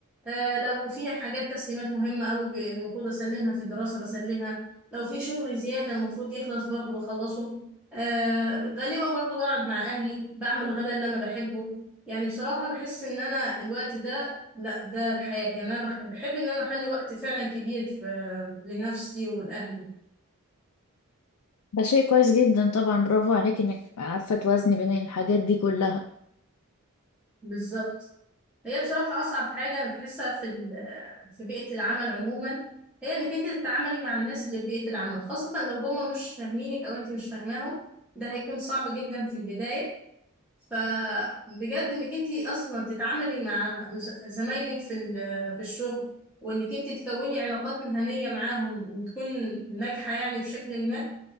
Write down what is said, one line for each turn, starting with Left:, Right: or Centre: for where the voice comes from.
Centre: آه لو فيها حاجات تسليمات مهمة أوي ب- المفروض أسلمها في الدراسة بسلمها لو في شغل زيادة المفروض يخلص برضو بخلصه آه غالبا برضه بقعد مع أهلي بعمل الغدا اللي أنا بحبه يعني بصراحة بحس إن أنا الوقت ده لا ده الحياة يعني أنا بح- بحب إن أنا أخلي وقت فعلا كبير في- لنفسي ولأهلي
Left: ده شيء كويس جدا طبعا برافو عليك انك عارفة توازني بين الحاجات دي كلها
Centre: بالظبط هي بصراحة أصعب حاجة أنا بحسها في ال- في بيئة العمل عموما هي إنك أنت تتعاملي مع الناس اللي في بيئة العمل خاصة لو هما مش فاهمينك أو أنت مش فاهماهم ده هيكون صعب جدا في البداية فبجد انك انت اصلا تتعاملي مع ز- زمايلك في ال- في الشغل وانك انت تكوني علاقات مهنيه معاهم وتكون ناجحه يعني بشكل ما